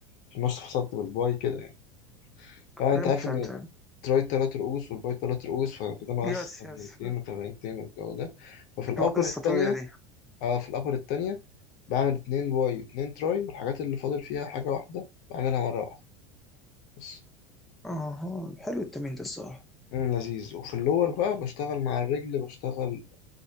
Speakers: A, on the left; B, in the centre.
A: في النص فصلت بالباي كده يعني طبعا
B: فهمت
A: أنت عارف
B: فهمت
A: إن
B: فهمت
A: التراي تلات رؤوس والباي تلات رؤوس فكده ناقص
B: يس
A: تمرينتين
B: يس
A: وتمرينتين والجو ده ففي الأبر
B: تبقى قصة
A: التانية
B: طويلة دي
A: اه في الأبر التانية بعمل اتنين باي واتنين تراي والحاجات اللي فاضل فيها حاجة واحدة بعملها مرة واحدة بس
B: اها حلو التمرين ده الصراحة
A: مم، لذيذ وفي اللور بقى بشتغل مع الرجل بشتغل